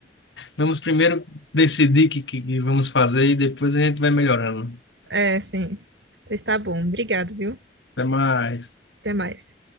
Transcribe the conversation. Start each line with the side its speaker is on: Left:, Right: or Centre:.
Left: Vamos primeiro decidir o que, que que vamos fazer e depois a gente vai melhorando.
Right: É, sim. Pois tá bom. Obrigado, viu?
Left: Até mais.
Right: Até mais.